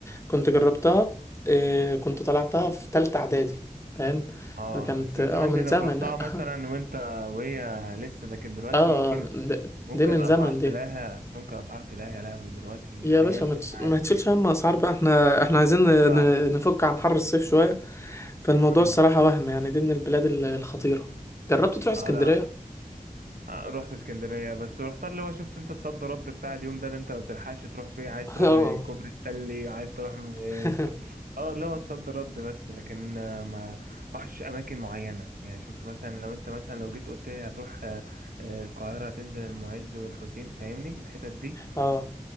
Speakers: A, on the left; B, on the right.
A: كنت جربتها آه، كنت طلعتها في تالتة إعدادي فاهم
B: اه
A: كانت
B: بس من
A: اه
B: زمان
A: من
B: دي
A: زمن
B: انت رحتها
A: <laughs> اه
B: مثلا وانت وهي لسه لكن دلوقتي
A: اه
B: ممكن
A: ده,
B: ممكن
A: ده من
B: الاسعار
A: زمن
B: تلاقيها
A: دي
B: ممكن الاسعار تلاقيها يا لهوي دلوقتي
A: يا
B: خيالي
A: باشا ما
B: يعني
A: تش- ما تشيلش هم اسعار بقى احنا احنا عايزين ن-
B: <laughs>
A: ن- نفك عن حر الصيف شوية فالموضوع
B: اه
A: الصراحة وهم يعني دي من البلاد ال- الخطيرة جربت تروح اسكندرية؟
B: اه لا آه، رحت اسكندرية بس رحت اللي هو شفت انت الصد رد بتاع اليوم ده اللي انت ما بتلحقش تروح فيه عايز
A: <laughs>
B: تروح
A: اه
B: كوبري ستانلي عايز تروح م-
A: <laughs>
B: اه اللي هو الصد رد بس لكن آه، ما رحتش اماكن معينة يعني شفت مثلا لو انت مثلا لو جيت قلت لي هتروح آه، آه، القاهرة تنزل المعز والحسين فاهمني الحتت دي
A: اه